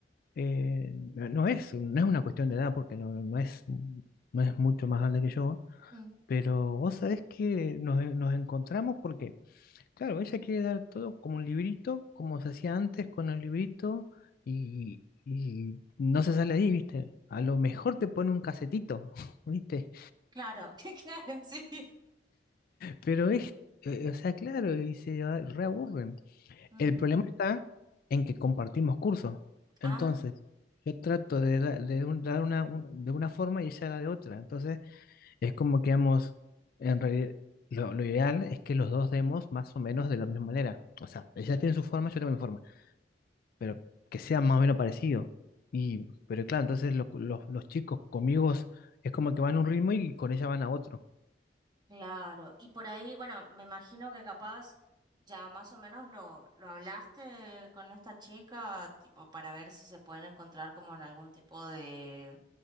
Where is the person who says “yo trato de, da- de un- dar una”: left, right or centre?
Left